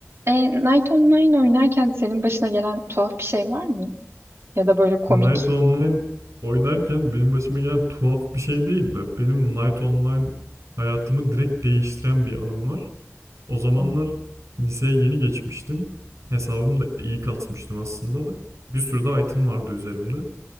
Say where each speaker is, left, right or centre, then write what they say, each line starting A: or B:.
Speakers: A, on the right (about 55°); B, on the right (about 85°).
A: E, Night Online oynarken senin başına gelen tuhaf bir şey var mı? Ya da böyle komik.
B: Night Online oynarken benim başıma gelen tuhaf bir şey değildi. Benim Night Online hayatımı direkt değiştiren bir anım var. O zamanlar
A: Hı.
B: liseye yeni geçmiştim. Hesabımı da iyi kasmıştım aslında. Bir sürü de item vardı üzerimde.